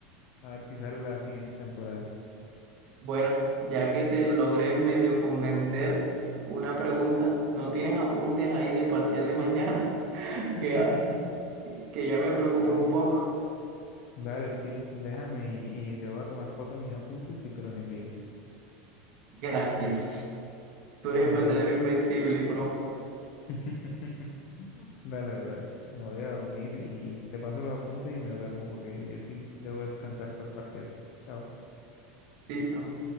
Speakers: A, on the left; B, on the right.
A: a ver si sale la siguiente temporada.
B: Bueno, ya que te logré medio convencer, una pregunta. ¿No tienes apuntes ahí del parcial de mañana? <laughs>
A: <laughs>
B: Que, ah, que ya me preocupé
A: Vale.
B: un poco.
A: Dale, sí, déjame y, y le voy a tomar foto a mis apuntes y te los envío.
B: Gracias. Tú
A: Bueno,
B: eres el verdadero
A: brother.
B: invencible, bro.
A: <laughs> Dale, brother. Me voy a dormir y, y te paso los apuntes y me duermo porque yo sí debo descansar para el parcial. Chao.
B: Listo.